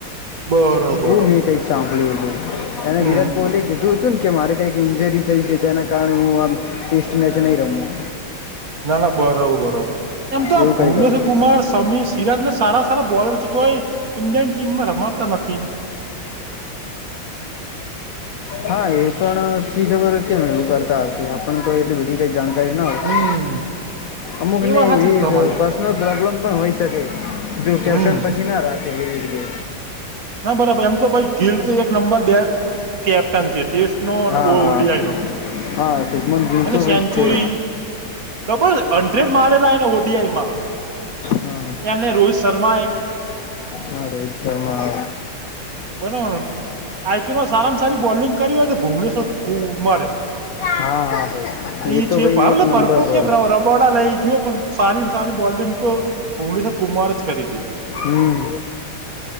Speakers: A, on the right (about 45°); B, on the left (about 75°).
A: બરોબર બરોબર
B: હું મેં કઈક સાંભળ્યું હતું એને
A: હમ
B: વિરાટ કોહલી કીધું કીધું તું કે મારે કઈક ઈન્જરી થઈ છે તેના કારણે હું આ ટેસ્ટ મેચ નહીં રમું.
A: ના ના બરોબર બરોબર એમ તો આ
B: એવું
A: ભુવનેશ્વરકુમાર
B: કંઈક હતું
A: સમી સિરાજના સારા સારા બોલર છે તો એ ઇન્ડિયન ટીમમાં રમાડતા નથી.
B: હા એ પણ શી ખબર કેમ એવું કરતા હશે આપણ તો એટલી બધી કોઈ જાણકારી ના હોય.
A: હમ
B: અમુકને
A: એ વાત હાચી
B: એવી
A: છે તમારી
B: પર્સનલ પ્રોબ્લેમ પણ હોઈ શકે જો કેપ્ટન
A: હમ
B: પછી ના રાખે એવી રીતે
A: ના બરાબર એમ તો ભાઈ ગીલ તો એક નંબર બે કેપ્ટન છે. ટેસ્ટ નો અને
B: હા
A: ઓડીઆઈનો
B: હા હા શુભમન ગીલ
A: અને
B: તો ભાઈ
A: સેન્ચુરી
B: છે
A: ડબલ હન્ડ્રેડ મારેલા ને ઓડીઆઈમાં
B: હા
A: એને રોહિત શર્મા એ
B: હા રોહિત શર્મા
A: બરાબર આઈપીએલમાં સારામાં સારી બોલિંગ કરી હોય તો ભુવેશ્વર કુમારે
B: હા ભાઈ
A: <unintelligible>
B: એ તો ભાઈ એક નંબર બોલર
A: બોડા લઈ જયો પણ સારી સારી બોલિંગ તો ભુવેશ્વર કુમારે જ કરી છે.
B: હમ